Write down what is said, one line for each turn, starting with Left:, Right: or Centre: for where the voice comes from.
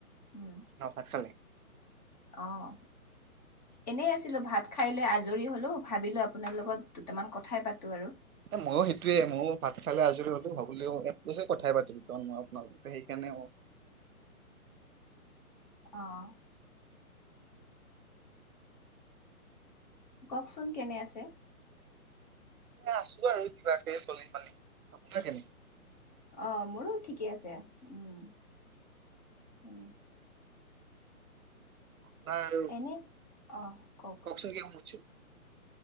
Left: উম।
Right: অঁ', ভাত খালি?
Left: অ', এনে আছে। ছিলো ভাত খাই লৈ আজৰি হ'লো ভাবিলো আপোনাৰ লগত দুটামান কথাই পাতো আৰু
Right: এ ময়ো সেইটোৱে ময়ো ভাত খালে আজৰি হলো হ'ব বুলি এক কথাই পাতিো কাৰণ মই আপোনালোকক। সেইকাৰণে অ।
Left: অ'। কওকচোন কেনে আছে?
Right: আছো আৰু কিবাকে চলি মেলি আপোনাৰ কেনে?
Left: অ', মোৰো ঠিকে আছে উম, উ।
Right: <inaudible>
Left: অ', কওক।
Right: কওকচোন <unintelligible>